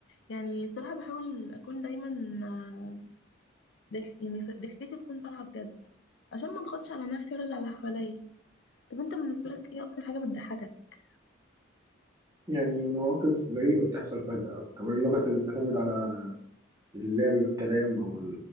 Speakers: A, on the left; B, on the right.
A: يعني صراحة بحاول أكون دايما آه، ضح يعني ص- ضحكتي تكون طالعة بجد عشان ما اضغطش على نفسي ولا على اللي حواليا طب انت بالنسبة لك ايه أكتر حاجة بتضحكك؟
B: يعني مواقف غريبة بتحصل فجأة كمان النكت اللي بتعتمد على اللعب بالكلام أو